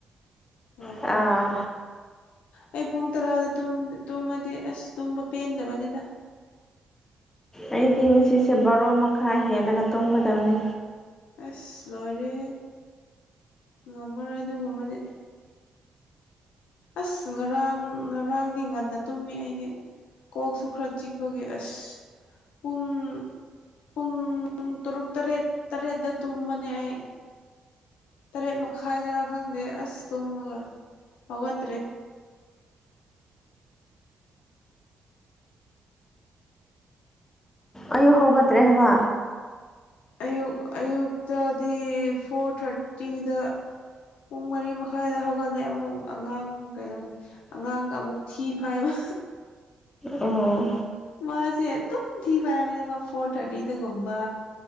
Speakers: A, on the left (about 80°); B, on the left (about 20°).
A: ꯉꯝꯃꯔꯣꯏ
B: ꯑꯥ
A: ꯑꯩ ꯄꯨꯡ ꯇꯔꯥꯗ ꯇꯨꯝꯃꯗꯤ ꯑꯁ ꯇꯨꯝꯕ ꯄꯦꯟꯗꯕꯅꯤꯗ
B: ꯑꯩꯗꯤ ꯉꯁꯤꯁꯦ ꯕꯥꯔꯣ ꯃꯈꯥꯏ ꯍꯦꯜꯂꯒ ꯇꯨꯝꯒꯗꯕꯅꯤ
A: ꯑꯁ ꯂꯣꯏꯔꯦ ꯉꯝꯃꯔꯣꯏ ꯑꯗꯨꯒꯨꯝꯕꯗꯤ ꯑꯁ ꯉꯔꯥꯡ ꯉꯔꯥꯡꯗꯤ ꯉꯟꯅ ꯇꯨꯝꯃꯤ ꯑꯩꯗꯤ ꯀꯣꯛꯁꯨ ꯈꯔ ꯆꯤꯛꯄꯒꯤ ꯑꯁ ꯄꯨꯡ ꯄꯨꯡ ꯇꯔꯨꯛ ꯇꯔꯦꯠ ꯇꯔꯦꯠꯇ ꯇꯨꯝꯕꯅꯦ ꯑꯩ ꯇꯔꯦꯠ ꯃꯈꯥꯏꯗꯔ ꯈꯪꯗꯦ ꯑꯁ ꯇꯨꯝꯃꯒ ꯍꯧꯒꯠꯇ꯭ꯔꯦ
B: ꯑꯌꯨꯛ ꯍꯧꯒꯠꯇ꯭ꯔꯦ ꯍꯥꯏꯕ
A: ꯑꯌꯨꯛ ꯑꯌꯨꯛꯇꯗꯤ ꯐꯣꯔ ꯊꯥꯔꯇꯤꯗ ꯄꯨꯡ ꯃꯔꯤ ꯃꯈꯥꯏꯗ ꯍꯧꯒꯠꯂꯦ ꯑꯃꯨꯛ ꯑꯉꯥꯡ ꯀꯩꯅꯣ ꯑꯉꯥꯡꯒ ꯑꯃꯨꯛ ꯊꯤ ꯐꯥꯏꯕ
B: ꯑꯣ
A: ꯃꯥꯁꯦ ꯑꯗꯨꯝ ꯊꯤ ꯐꯥꯏꯕꯅꯦꯕ ꯐꯣꯔ ꯊꯥꯔꯇꯤꯗꯒꯨꯝꯕ